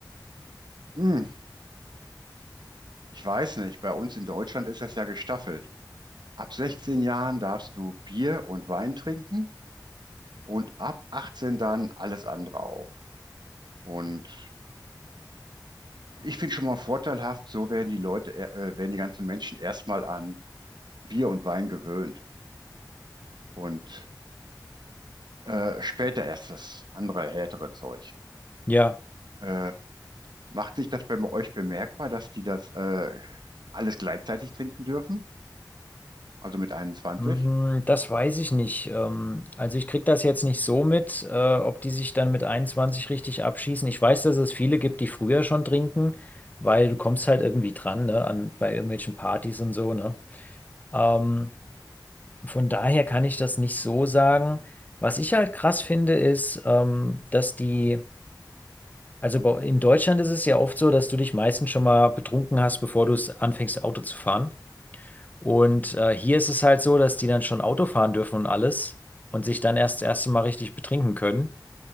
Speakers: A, on the right; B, on the left.
A: hm, ich weiß nicht, bei uns in Deutschland ist das ja gestaffelt. Ab 16 Jahren darfst du Bier und Wein trinken und ab 18 dann alles andere auch. Und ich finde schon mal vorteilhaft, so werden die Leute, e-, äh, werden die ganzen Menschen erstmal an Bier und Wein gewöhnt und äh, später erst das andere härtere Zeug.
B: Ja,
A: Äh, Macht sich das bei euch bemerkbar, dass die das äh, alles gleichzeitig trinken dürfen? Also mit 21?
B: Hm, das weiß ich nicht. Ähm, also ich krieg das jetzt nicht so mit, äh, ob die sich dann mit 21 richtig abschießen. Ich weiß, dass es viele gibt, die früher schon trinken, weil du kommst halt irgendwie dran, ne, an, bei irgendwelchen Partys und so, ne? Ähm, von daher kann ich das nicht so sagen. Was ich halt krass finde, ist, ähm, dass die Also bei, in Deutschland ist es ja oft so, dass du dich meistens schon mal betrunken hast, bevor du es anfängst, Auto zu fahren. Und äh, hier ist es halt so, dass die dann schon Auto fahren dürfen und alles und sich dann erst das erste Mal richtig betrinken können.